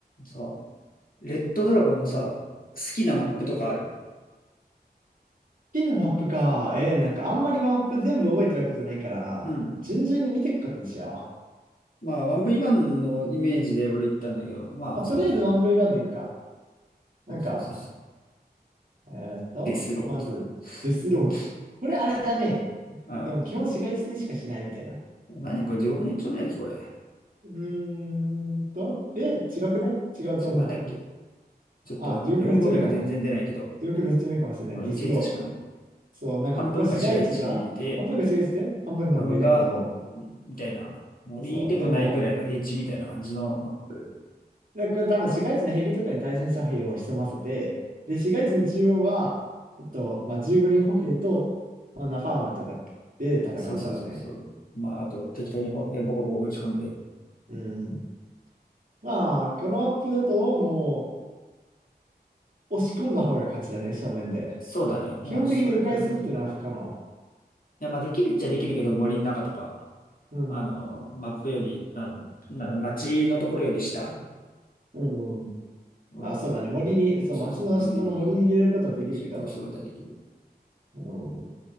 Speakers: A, on the left; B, on the right.
A: さ、レッドドラゴンのさ、好きなマップとかある
B: P のマップか。えー、なんかあんまりマップ全部覚えてるわけじゃないから、
A: うん。
B: 順々に見ていくことにしよ
A: まあ、1V1 のイメージで俺言ったんだけど、まあ、
B: う。まあ、とりあえず
A: そうね。
B: 1V1 でいくか。なんか、
A: そうそうそうそう。
B: えーっと、
A: デスロー来た
B: まず、デスロー。
A: うん
B: これあれだね。
A: あの、
B: でも基本市街地戦しかしないみたいな。
A: 何やこれ、地獄の一丁目だっけ、これ。
B: うーんと、え、違くね違うと思
A: それなんだっけ。ちょっと、
B: う。あ、
A: 日本語名が全然出ないけど、
B: 地獄の一丁目かも。地獄の一丁目かもしれない。
A: この1列しかない。
B: デスロー。そう、なんかここは市街地が、
A: 半分が市街地で、
B: 半分が市街地で、半分が森だけど、
A: 半分が、みたいな、森でもないぐらいの平地みたいな感じのマップ。
B: そう、でも、で、これ多分市街地のヘリとかに対戦車兵を潜ませて、で、市街地の中央は、えっと、まあ、15人歩兵と、まあ、ナファームとかで戦うんだろうね。
A: そうそうそうそう。まあ、あと、適当に砲兵ボコボコ打ち込んで。
B: うんうん。まあ、このマップだと、もう、押し込んだ方が勝ちだね、正面で。
A: そうだね。もうそれがほとんどなく。
B: 基本的に迂回するっていうのは不可能。
A: いや、まあできるっちゃできるけど、森の中とか、
B: うんうん。
A: あの、マップより、あの、なんだ、街のところより下
B: うんうん。
A: を、
B: あ、そうだね。森に、そう、
A: そうそう、
B: 町の下の森に入れることはできるけど。
A: 森、進行することはできる。
B: うん。